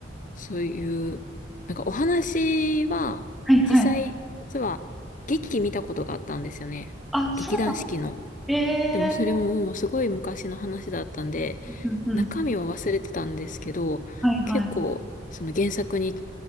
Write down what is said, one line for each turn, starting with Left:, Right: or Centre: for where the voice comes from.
Left: そういう、なんかお話は、
Centre: はいはい。
Left: 実際、実は劇見たことがあったんですよね。
Centre: あ、そうなんだ。
Left: 劇団四季の。
Centre: えー、
Left: でもそれももうすごい昔の話だったんで、
Centre: うん、うん。
Left: 中身は忘れてたんですけど、
Centre: はいはい。
Left: 結構、その原作に、